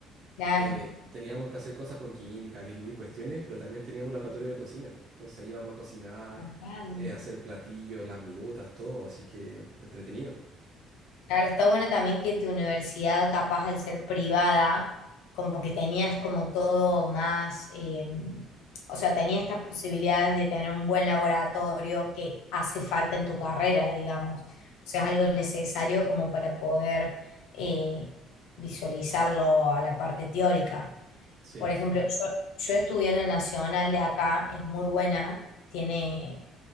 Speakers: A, on the left; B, on the right.
A: Claro,
B: Eh, teníamos que hacer cosas con química, diluir cuestiones, pero también teníamos un laboratorio de cocina. Entonces íbamos a cocinar,
A: tapado.
B: eh, hacer platillos, las minutas, todo. Así que entretenido.
A: Claro, está bueno también que tu universidad, capaz de ser privada, como que tenías como todo más, eh, o sea, tenías estas posibilidades de tener un buen laboratorio que hace falta en tu carrera, digamos. O sea, es algo necesario como para poder eh, visualizarlo a la parte teórica.
B: Sí,
A: Por ejemplo, yo, yo estudié en la Nacional de acá, es muy buena, tiene